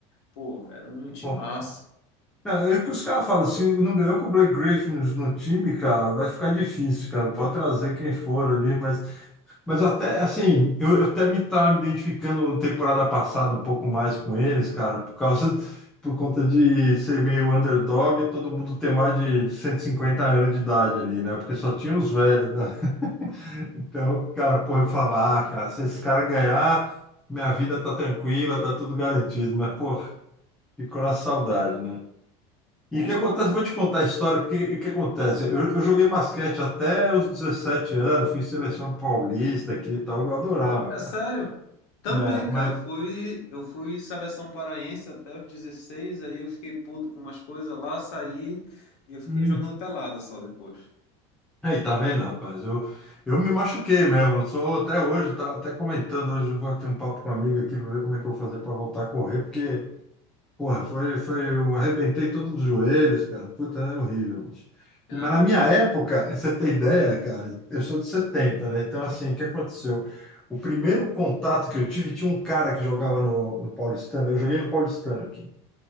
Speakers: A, on the left (about 75°); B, in the centre.
A: Pô, era um time
B: Porra,
A: massa.
B: cara. Cara, É o que os caras falam, se não ganhou com o Blake Griffin no no time, cara, vai ficar difícil, cara. Pode trazer quem for ali, mas Mas até assim, eu, eu até me estava me identificando na temporada passada um pouco mais com eles, cara, por causa por conta de ser meio underdog e todo mundo ter mais de 150 anos de idade ali, né? Porque só tinha os velhos, né? Então, cara, porra, eu falava, ah, cara, se esses caras ganhar, minha vida tá tranquila, tá tudo garantido. Mas, pô, ficou na saudade, né? E
A: Pô,
B: o que acontece?
A: eu.
B: Vou te contar a história, porque o que acontece? Eu, eu joguei basquete até os 17 anos, fui seleção paulista aqui e tal, eu adorava,
A: É
B: cara.
A: sério? Também,
B: É,
A: cara.
B: mas
A: Eu fui, eu fui seleção paraense até os 16, aí eu fiquei puto com umas coisas lá, saí e eu fiquei
B: hum,
A: jogando pelada só depois.
B: aí tá vendo, rapaz? Eu, eu me machuquei mesmo. Eu sou até hoje, tá até comentando hoje, eu vou ter um papo com uma amiga aqui para ver como é que eu vou fazer para voltar a correr, porque, porra, foi, foi, eu arrebentei todos os joelhos, cara. Puta, é horrível. bicho.
A: Ah,
B: E, Mas na minha época, você tem ideia, cara, eu sou de setenta né? Então, assim, o que aconteceu? O primeiro contato que eu tive tinha um cara que jogava no, no Paulistano, eu joguei no Paulistano aqui.